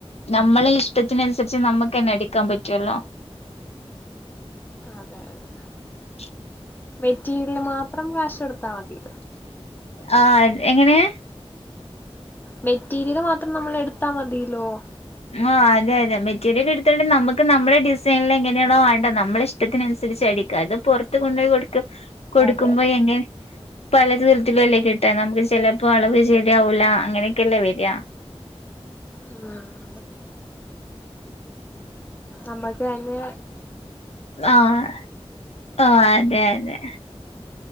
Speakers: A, on the left; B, on the left.
A: നമ്മളെ ഇഷ്ടത്തിനനുസരിച്ച് നമുക്ക് തന്നെ അടിക്കാൻ പറ്റുവല്ലോ
B: അതെ അതെ
A: ശ്
B: മെറ്റീരിയ മാത്രം കാശ് കൊടുത്താ മതി
A: ആ എങ്ങനേ
B: മെറ്റീരിയല് മാത്രം നമ്മള് എടുത്താ മതീ ല്ലോ
A: ആ അതെ അതെ മെറ്റീരിയല് എടുത്തിട്ട് നമ്മക്ക് നമ്മുടെ ഡിസൈനില് എങ്ങനെയാണോ വേണ്ടെ നമ്മളിഷ്ട റ്റത്തിനനുസരിച്ചടിക്ക അത് പൊറത്ത് കൊണ്ടുപോയി കൊടുത്ത് കൊടുക്കുമ്പോ
B: അതെ
A: എങ്കിൽ പലത് വിലത്തി ലല്ലേ കിട്ടാ നമുക്ക് ചെല പ്പൊ അളവ് ശെരിയാവൂല അങ്ങനെക്കെല്ലേ വരിയ
B: ഉം നമ്മൾടയിന്
A: ആഹ് ഓ അതെ അതെ